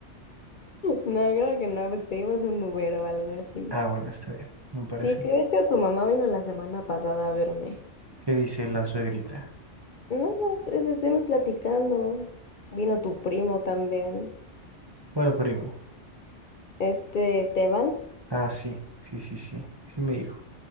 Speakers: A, on the left; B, on the right.
A: no, creo que no, pues pedimos un Uber o algo así.
B: Ah, bueno, está bien, me parece.
A: Sí, que de hecho tu mamá vino la semana pasada a verme.
B: ¿Qué dice la suegrita?
A: Nada, pues estuvimos platicando. Vino tu primo también.
B: ¿Cuál primo?
A: Este, Esteban.
B: Ah, sí, sí, sí, sí, sí me dijo,